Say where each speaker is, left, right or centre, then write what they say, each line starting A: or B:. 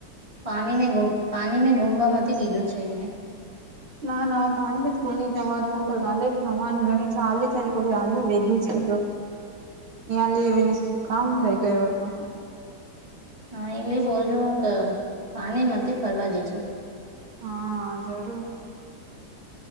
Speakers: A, on the right; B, on the right.
A: પાણીને પાણીને ગુમવા મતી દીજો છે એને.
B: ના, ના, પાણી મેમાં તો કોની હવાજ પણે કે, હવાની ઘણી ચાલ છે, હાલ વેગી છે.
A: હ <unintelligible>
B: ત્યાં લે આવીને શુંખામ થઈ ગયો હતો.
A: હા, એલે બોલું હ કે, પાણી મથી ફરવા દેજો.
B: હા, જરૂર.